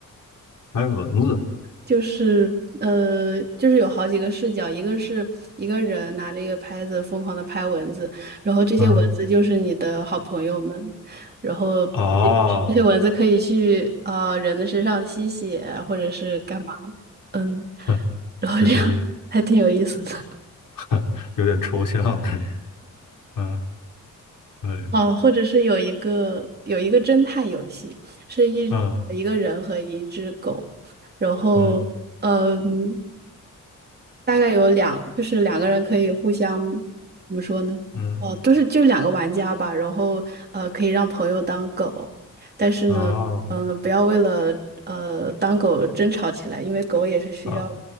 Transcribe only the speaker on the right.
就是呃，就是有好几个视角，一个是一个人拿着一个拍子疯狂的拍蚊子，然后这些蚊子就是你的好朋友们，
然后这这些蚊子可以去啊、
呃人的身上吸血啊或者是干嘛，嗯，
然后这样还挺有意思的。
哦，或者是有一个有一个侦探游戏，是一一个人和一只狗，
然后。
嗯，大概有两，就是两个人可以互相，怎么说呢？
哦，就是就是两个玩家吧，然后呃，可以让朋友当狗，但是呢，
嗯、不要为了呃当狗争吵起来，因为狗也是需要